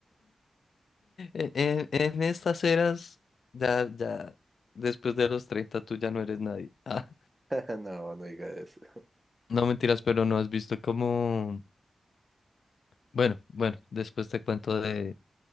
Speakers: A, on the left (about 75°); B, on the right (about 15°).
A: E- En, en estas eras, ya, ya, después de los 30 tú ya no eres nadie. <laughs> Ah,
B: No, no diga eso.
A: no mentiras, pero no has visto cómo... Bueno, bueno, después te cuento de...